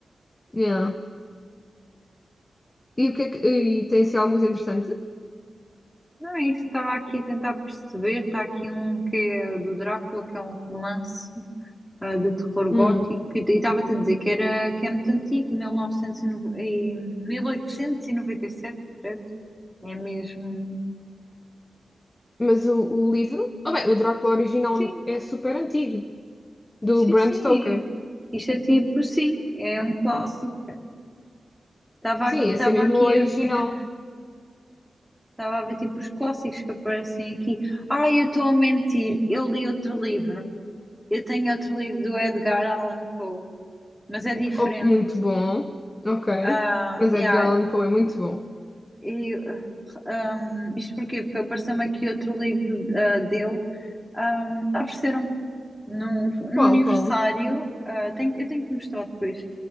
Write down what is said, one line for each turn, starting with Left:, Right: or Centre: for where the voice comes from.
Left: Yeah. E, o que é que- e tem assim algo muito interessante.
Centre: Não é isso, estava aqui a tentar perceber. Está aqui um que é do Drácula, que é um romance ah, de terror gótico.
Left: Hum.
Centre: E e estava-te a dizer que, era, que é muito antigo, 1909 e 1897, credo. É mesmo.
Left: Mas o, o livro? Ah, bem, o Drácula original
Centre: Sim,
Left: é super antigo, do
Centre: sim,
Left: Bram
Centre: sim.
Left: Stoker.
Centre: é. Isto é tipo, sim, é um clássico. Estava
Left: Sim,
Centre: aqui, estava
Left: esse é mesmo
Centre: aqui
Left: o original.
Centre: a ver, estava a ver tipo os clássicos que aparecem aqui. Ai, eu estou a mentir, eu li outro livro. Eu tenho outro livro do Edgar Allan Poe, mas é diferente.
Left: Oh, muito bom. Ok.
Centre: Ah,
Left: Mas
Centre: yeah,
Left: Edgar Allan Poe é muito bom.
Centre: e, ahm, isto porquê? Porque apareceu-me aqui outro livro ah, dele. ahm, ofereceram-me no, no
Left: Qual,
Centre: aniversário.
Left: qual?
Centre: ah, tenho- eu tenho que mostrar depois.